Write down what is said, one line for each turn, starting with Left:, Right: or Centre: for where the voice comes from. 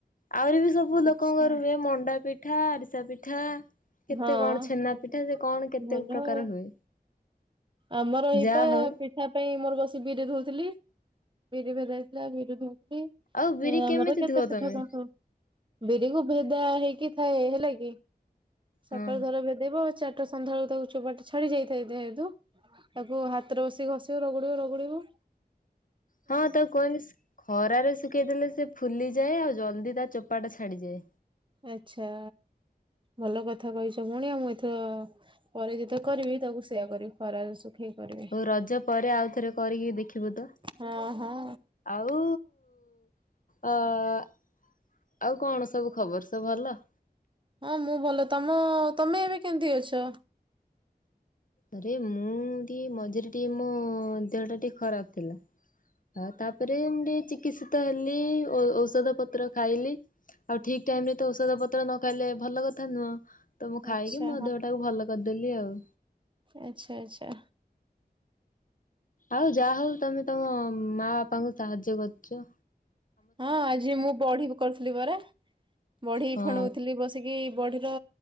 Left: ଆହୁରି ବି ସବୁ
Right: ଆଚ୍ଛା।
Left: ଲୋକଙ୍କ ରୁହେ ମଣ୍ଡା ପିଠା ଆରିସା ପିଠା। କେତେ
Right: ହଁ।
Left: କଣ ଛେନା ପିଠା ସେ କଣ କେତେ
Right: ଭଲ
Left: ପ୍ରକାର
Right: ଆଉ
Left: ହୁଏ।
Right: ଆମର ଏଇପା
Left: ଯାହା ହଉ
Right: ପିଠା ପାଇଁ ମୋର ବସି ବିରି ଧଉଥିଲି ବିରି ଭେଦା ହେଇଥିଲା ବିରି ଧଉଥିଲି।
Left: ଆଉ ବିରି କେମିତି
Right: ଆମର କେତେ
Left: ଧୁଅ
Right: ପିଠା
Left: ତମେ?
Right: କଣ ସବୁ ବିରିକୁ ଭେଦା ହେଇକି ଥାଏ ହେଲା କି ସକାଳ
Left: ହଁ
Right: ଧର ଭେଦ ଦେବ ଚାରିଟା ସନ୍ଧ୍ୟାଳକୁ ତାକୁ ଚୋବାଟା ଛାଡି ଯାଇଥାଏ ଦେହେତୁ ତାକୁ ହାତରେ ବସି ଘଷିବ ରଗୁଡିବ ରଗୁଡିବ।
Left: ହଁ ତାକୁ କଇସ ଖରାରେ ଶୁଖେଇଦେଲେ ସେ ଫୁଲିଯାଏ ଆଉ ଜଲ୍ଦି ତା ଚୋପାଟା ଛାଡିଯାଏ।
Right: ଆଛା ଭଲ କଥା କହିଛ ଭୋଉଣି ମୁଁ ଏଥର ପରେ ଯେତେଳେ କରିବି ତାକୁ ସେଇୟା କରିବି ଖରାାରେ ଶୁଖେଇ କରିବି।
Left: ହଉ ରଜ ପରେ ଆଉଥରେ କରିକି ଦେଖିବୁ ତ।
Right: ହଁ ହଁ।
Left: ଆଉ ଅ-ଅ ଆଉ କଣ ସବୁ ଖବର ସବୁ ଭଲ।
Right: ହଁ ମୁଁ ଭଲ ତମ ତମେ ଏବେ କେମତି ଅଛ।
Left: ଆରେ ମୁଁ ଟିକେ ମଝିରେ ଟିକେ ମୋ ଦେହ ଟା ଟିକେ ଖରାପ ଥିଲା। ହ ତାପରେ ମୁ ଟିକେ ଚିକିତ୍ସିତ ହେଲି ଔଷଧ ପତ୍ର ଖାଇଲି। ଆଉ ଠିକ୍ ଟାଇମ ରେ ତ ଔଷଧ ପତ୍ର ନ ଖାଇଲେ ଭଲ କଥା ନୁହଁ ତ ମୁଁ ଖାଇକି
Right: ଆଚ୍ଛା
Left: ମୋ ଦେହଟାକୁ ଭଲ କରିଦେଲି ଆଉ
Right: ଆଚଛା ଆଚ୍ଛା।
Left: ଆଉ ଯାହା ହଉ ତମେ ତମ ମା ବାପାଙ୍କୁ ସାହାଯ୍ୟ କରୁଚ଼।
Right: ହଁ ଆଜି ମୁଁ ବଢି କରୁଥିଲି ବରା ବଢେଇ
Left: ହଁ
Right: ଫେଣଉଥିଲି ବସ ସେ କିି ବଢିର